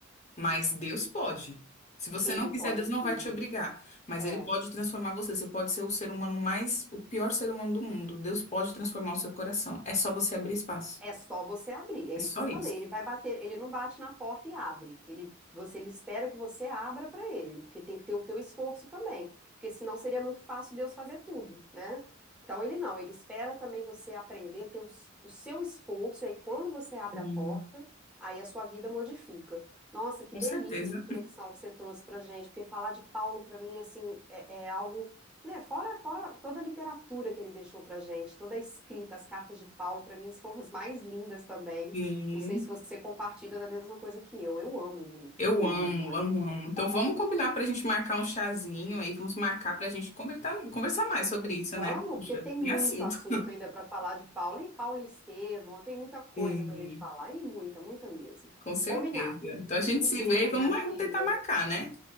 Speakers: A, on the left (about 35°); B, in the centre.
A: Mas Deus pode. Se você
B: Ele
A: não quiser,
B: pode
A: Deus não
B: tudo.
A: vai te obrigar. Mas
B: É.
A: Ele pode transformar você. Você pode ser o ser humano mais, o pior ser humano do mundo. Deus pode transformar o seu coração. É só você abrir espaço.
B: É só você abrir, é
A: É
B: isso
A: só
B: que eu falei.
A: isso.
B: Ele vai bater, ele não bate na porta e abre. Ele, você, ele espera que você abra para ele, porque tem que ter o teu esforço também, porque senão seria muito fácil Deus fazer tudo, né? Então ele não, ele espera também você aprender, ter o, s- o seu esforço, e aí quando você abre
A: Sim.
B: a porta, aí a sua vida modifica. Nossa, que
A: Com
B: delícia
A: certeza.
B: de reflexão que você trouxe pra gente, porque falar de Paulo para mim assim é, é algo né, fora, fora toda a literatura que ele deixou pra gente, toda a escrita, as cartas de Paulo, pra mim <laughs> são as mais lindas também.
A: Sim.
B: Não sei se você compartilha da mesma coisa que eu. Eu amo muito,
A: Eu
B: é lindo
A: amo,
B: demais.
A: amo, amo. Então vamos combinar para a gente marcar um chazinho aí. Vamos marcar para a gente conversar, conversar mais sobre isso,
B: Vamos,
A: né? Puxa,
B: porque tem muito
A: tem assunto.
B: assunto ainda pra falar de Paulo e Paulo e Estevão, tem muita coisa
A: Sim,
B: pra gente falar e muita, muita mesmo.
A: com certeza.
B: Combinado.
A: Então a gente
B: Um
A: se
B: beijo,
A: vê e vamos
B: minha amiga.
A: mar- tentar marcar, né?